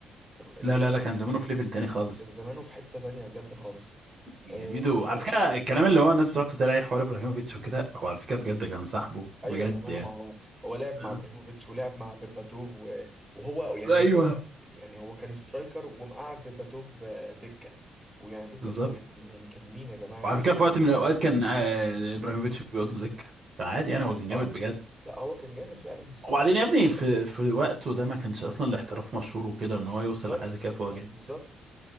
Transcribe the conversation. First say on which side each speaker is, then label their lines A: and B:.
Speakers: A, on the right; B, on the right.
A: ال- ال-
B: لا لا لا كان زمانه في ليفل تاني خالص
A: زمانه في حتة تانية بجد خالص
B: ميدو
A: آه،
B: على فكرة الكلام اللي هو الناس بتقعد تتريق حوار إبراهيموفيتش وكده هو على فكرة بجد كان صاحبه
A: ايوه
B: بجد
A: يا جماعة
B: يعني
A: ما هو هو لعب مع
B: مم.
A: ابراهيموفيتش ولعب مع بيرباتوف و- وهو يعني
B: أيوه
A: هو يعني هو كان سترايكر ومقعد بيرباتوف آه، دكة ويعني بيرباتوف
B: بالظبط
A: كان- يعني كان مين يا جماعة
B: وعلى
A: كان
B: فكرة في وقت من الأوقات كان آه، إبراهيموفيتش بيقعد له دكة فعادي يعني هو كان جامد
A: اه
B: بجد
A: لا هو كان جامد فعلا الصراحة
B: وبعدين يا ابني في في وقته ده ما كانش أصلا الاحتراف مشهور وكده إن هو يوصل
A: بالظبط
B: لحاجة كده فهو جامد
A: بالظبط